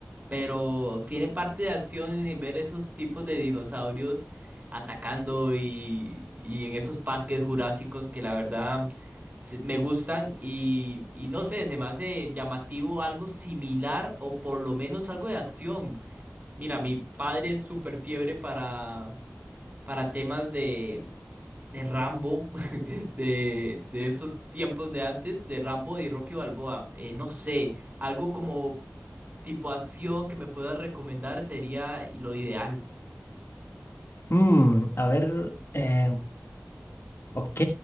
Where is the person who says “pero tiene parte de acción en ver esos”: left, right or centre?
Right